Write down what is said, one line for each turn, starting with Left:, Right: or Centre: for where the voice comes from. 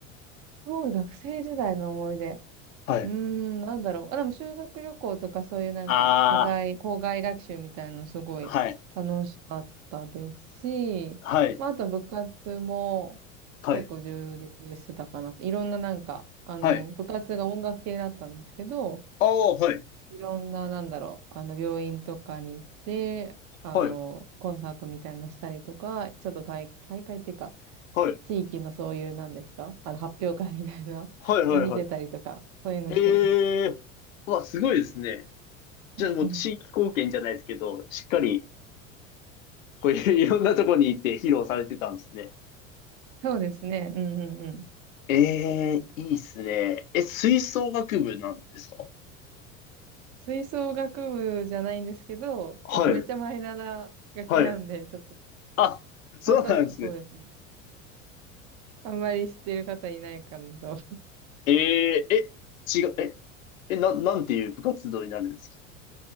Right: そう、学生時代の思い出。
Left: はい。
Right: うーん、なんだろう。あ、でも修学旅行とかそういうなんか、
Left: あ
Right: 課外、校外学習みたいなのすごい楽しかったですし、
Left: あ、はい、はい、
Right: まあ、あと部活も結構充実してたかな。
Left: はい、
Right: いろんななんか、あの、
Left: はい。
Right: 部活が音楽系だったんですけど、
Left: ああ、はい、
Right: いろんななんだろう、あの、病院とかに行って、あの、
Left: はい、
Right: コンサートみたいなのしたりとか、ちょっと大、大会っていうか、
Left: はい、
Right: 地域のそういうなんですかあの、発表会みたいなのに出たりとか、
Left: はい、はい、はい。
Right: そういうのしてました。
Left: ええー、うわ、すごいですね。じゃあもう地域貢献じゃないですけど、
Right: うんうん
Left: しっかり、こういう <laughs> いろんなとこに行って披露されてたんですね。
Right: そうですね。うんうんうん。
Left: ええー、いいっすね。え、吹奏楽部なんですか
Right: 吹奏楽部じゃないんですけど、
Left: はい。
Right: <laughs> あのめっちゃマイナーな楽器なんで、
Left: はい。
Right: ちょっと、
Left: あ、そうなんですね。
Right: ハンド、そうですね。あんまり知ってる方いないかなと。<laughs>
Left: えー、え、違う、え、え、な、なんていう部活動になるんですか